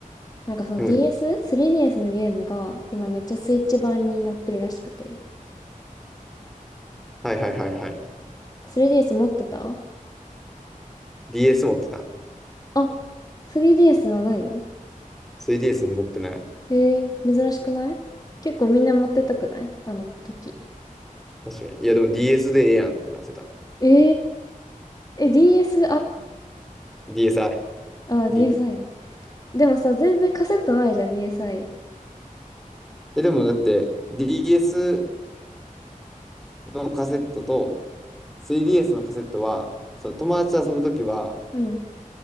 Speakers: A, on the left; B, in the centre.
A: なんかその
B: うん。
A: DS?3DS のゲームが今めっちゃスイッチ版になってるらしくて。
B: はいはいはいはい。
A: 3DS 持ってた
B: DS 持ってた。
A: あ、3DS はないの
B: 3DS 持ってない。
A: へえ、珍しくない結構みんな持ってたくないあの時。
B: 確かに。いやでも DS でええやんってなってた。
A: えー、え、DSi?DS?
B: DSi。
A: あディー、
B: D
A: DSi ね。でもさ、全然カセットないじゃん、DSi。
B: え、でもだって DS のカセットと 3DS のカセットは、その友達と遊ぶときは、
A: うん。